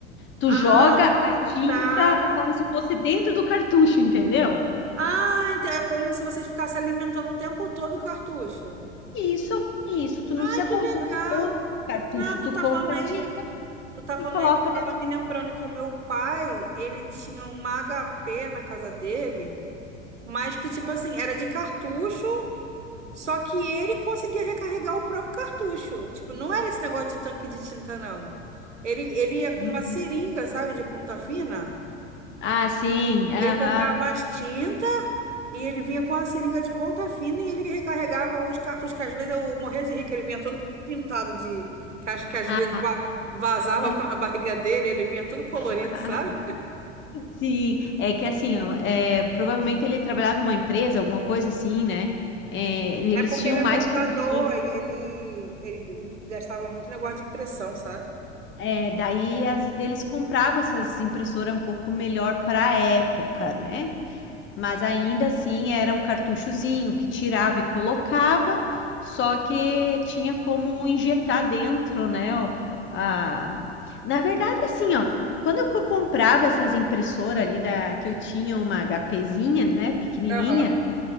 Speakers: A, on the left; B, on the right.
A: Tu
B: Ah,
A: joga a tinta
B: tá.
A: como se fosse dentro do cartucho, entendeu?
B: Ah, então é como se você ficasse alimentando o tempo todo o cartucho.
A: Isso, isso. Tu não
B: Ah,
A: precisa
B: que
A: comprar
B: legal.
A: o cartucho.
B: Não, tu
A: Tu
B: tá
A: compra
B: falando aí,
A: a tinta
B: tu tá
A: e
B: falando
A: coloca
B: aí que eu tava
A: dentro.
B: me lembrando que o meu pai, ele tinha uma HP na casa dele, mas que tipo assim, era de cartucho, só que ele conseguia recarregar o próprio cartucho. Tipo, não era esse negócio de tanque de tinta, não. Ele, ele ia com
A: Uhum.
B: uma seringa, sabe, de ponta fina.
A: Ah, sim. Aham.
B: Ele comprava as tintas E ele vinha com a seringa de ponta fina e ele recarregava os cartuchos, que às vezes eu morria de rir, que ele vinha todo pintado de. Que acho que às
A: Ah,
B: vezes va- vazava
A: é.
B: para a <laughs> barriga dele, ele vinha todo colorido,
A: <laughs>
B: sabe?
A: Sim, é que assim, ó, é, provavelmente ele trabalhava numa empresa, alguma coisa assim, né? É, eles
B: É porque
A: tinham
B: ele
A: mais
B: é contador
A: condições
B: e ele, ele gastava muito negócio de impressão, sabe?
A: É, daí as- eles compravam essas impressoras um pouco melhor para a época, né? Mas ainda assim era o cartuchozinho que tirava e colocava, só que tinha como injetar dentro, né? ó, a- Na verdade, assim, ó, quando eu co- comprava essas impressoras ali da que eu tinha uma HPzinha, né, pequenininha,
B: Aham.